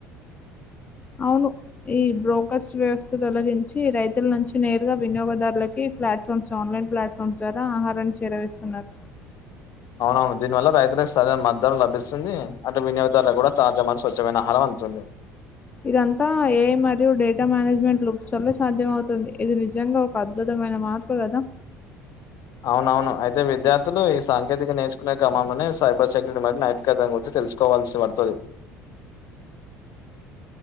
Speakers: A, on the left; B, on the left.
A: అవును ఈ బ్రోకర్స్ వ్యవస్థ తొలగించి రైతుల నుంచి నేరుగా వినియోగదారులకి ప్లాట్ఫామ్స్ ఆన్లైన్ ప్లాట్ఫామ్స్ ద్వారా ఆహారా చేరవేస్తున్నారు
B: అవునవును దీనివల్ల రైతులకు సరైన మద్దరం లభిస్తుంది అటు వినియోగదారులకు కూడా తాజామని స్వచ్ఛమైన ఆహారం అందుతుంది
A: ఇదంతా ఏఐ మరియు డేటా మేనేజ్మెంట్ లుప్స్ వల్ సాధ్యం అవుతుంది ఇది నిజంగా ఒక అద్భుతం మైన మార్పు కదా
B: అవున అవును అయితే విద్యార్థులు ఈ సాంకేతిక నేర్చుకునే క్రమంలోనే సైబర్ సెక్యూరిటీ మరి నైతికత గురి తెలుసుకోవాల్సి పడుతుంది